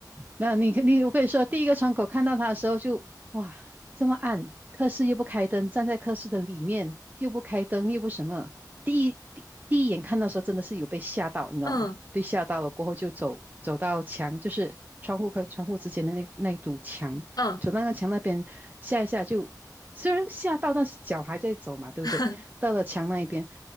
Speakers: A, on the right; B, on the left.
A: 那你你我跟你说，第一个窗口看到他的时候就哇，这么暗，科室又不开灯，站在科室的里面又不开灯，又不什么。第一第第一眼看到的时候，真的是有被吓到，你知道吗？
B: 嗯
A: 被吓到了过后就走走到墙，就是窗户跟窗户之间的那那一堵墙，
B: 嗯
A: 走到那个墙那边吓一吓就，虽然吓到，但是脚还在走嘛，对不对？
B: <laughs>
A: 到了墙那一边，